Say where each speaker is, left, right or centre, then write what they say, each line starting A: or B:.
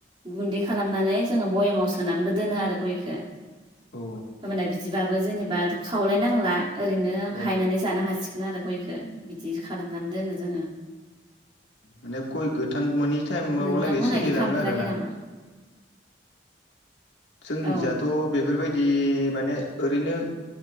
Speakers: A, on the right; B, on the left.
A: गुन्दै खालामनानै जोङो बयामाव सोनानैबो दोनो आरो गयखौ
B: औ
A: होबोनाय बिदिबाबो जेनेबा खावलायनांला ओरैनो
B: औ
A: हायनानै जानो हासिगोन आरो गयखौ बिदि खालामनानै दोनो जोङो
B: माने गय गोथां मोनै टाइमावलागै
A: नोंथांमोना
B: सोलिलाङो
A: बिदि खालामफेराखै
B: आरो ना
A: नामा
B: जोंनि
A: औ
B: जाथ' बेफोरबायदि माने ओरैनो